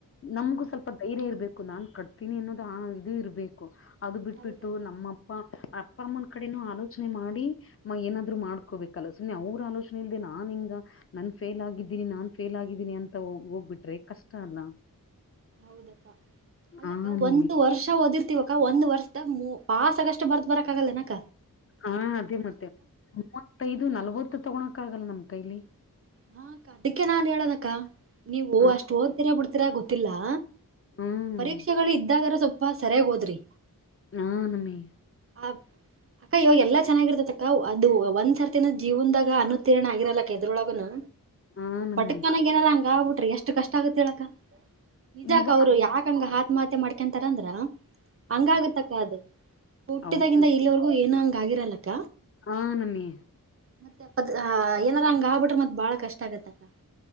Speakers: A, on the left (about 40°); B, on the right (about 40°).
A: ನಮಗೂ
B: ಹ
A: ಸ್ವಲ್ಪ ಧೈರ್ಯ ಇರ್ಬೇಕು ನಾನ್ ಕಟ್ತೀನಿ ಅನ್ನೋದು ಆ ಇದು ಇರ್ಬೇಕು ಅದು ಬಿಟಿಬಿಟ್ಟು
B: ಹೌದಕ್ಕ
A: ನಮ್ಮಪ್ಪ ಅಪ್ಪ ಅಮ್ಮನ ಕಡೆನೂ ಆಲೋಚನೆ ಮಾಡಿ ಮಾ ಏನಾದ್ರು ಮಾಡ್ಕೋಬೇಕಲ್ಲ ಸುಮ್ಮನೆ ಅವ್ರ ಆಲೋಚನೆ ಇಲ್ದೆ ನಾ ಹಿಂಗ ನನ್ ಫೇಲ್ ಆಗಿದ್ದೀನಿ ನಾನ್ ಫೇಲ್ ಆಗಿದ್ದೀನಿ ಅಂತ ಹೋಗ್ ಹೋಗ್ಬಿಟ್ರೆ ಕಷ್ಟ ಅಲ್ಲ
B: ಹೌದಕ್ಕ ಅಲ್ಲಕ್ಕ
A: ಆ ನಮ್ಮಿ
B: ಒಂದು ವರ್ಷ ಓದಿರ್ತಿವಕ್ಕಾ ಒಂದು ವರ್ಷದಾಗ ಪಾಸಸ್ಗಷ್ಟು ಬರ್ ಬರಕಕ್ಕಗಲ್ಲೇನಕ
A: ಹಾ ಅದೇ ಮತ್ತೆ ಮೂವತ್ತೈದು ನಲ್ವತ್ತು ತಗೊಳಕ್ ಆಗಲ್ಲ ನಮ್ ಕೈಲಿ
B: ಹಾ ಅಕ್ಕಾ ಅದಕ್ಕೆ ನಾನ್ ಹೇಳದಕ್ಕ ನೀವು
A: ಹ
B: ಅಷ್ಟು ಓದ್ತೀರಾ ಬಿಡ್ತೀರಾ ಗೊತ್ತಿಲ್ಲಾ
A: ಹ್ಮ್
B: ಪರೀಕ್ಷೆಗಳು ಇದ್ದಾಗರ ಸ್ವಲ್ಪ ಸರಿಯಾಗೋದ್ರಿ
A: ಹ ನಮ್ಮಿ
B: ಆಬ್ ಈಗ ಎಲ್ಲ ಚನ್ನಾಗಿರ್ತತಕ್ಕ ಅದು ಒಂದ್ಸರ್ತಿನೂ ಜೀವನದಾಗ ಅನ್ಉತ್ತೀರ್ಣ ಆಗಿರಲ್ಲಕ್ಕ ಯಾವದ್ರೊಳಗುನು
A: ಹಾ ನಮ್ಮಿ
B: ಪಟಕ್ಕನಾಗ ಏನಾರ ಹಂಗ ಆಗ್ ಬಿಟ್ರಿ ಎಷ್ಟು ಕಷ್ಟ ಆಗತ್ತ ಹೇಳಕ್ಕ ನಿಜಾಕ
A: ಇವ
B: ಅವ್ರು
A: ಹಾ
B: ಯಾಕ್ ಹಂಗ್ ಆತ್ ಮಾತೆ ಮಾಡ್ಕೊತರ ಅಂದ್ರ ಹಂಗ ಆಗತ್ತಕ್ಕ ಅದು ಹುಟ್ಟಿದಾಗಿಂದ
A: ಹೌದು
B: ಇಲ್ಲಿವರೆಗೂ ಏನು ಹಂಗ ಆಗಿರಲ್ಲಕ್ಕ
A: ಹಾ ನಮ್ಮಿ
B: <unintelligible> ಏನಾರ ಹಂಗ ಆಗ್ಬಿಟ್ರೆ ಮತ್ ಬಾಳ ಕಷ್ಟ ಆಗತ್ತಕ್ಕ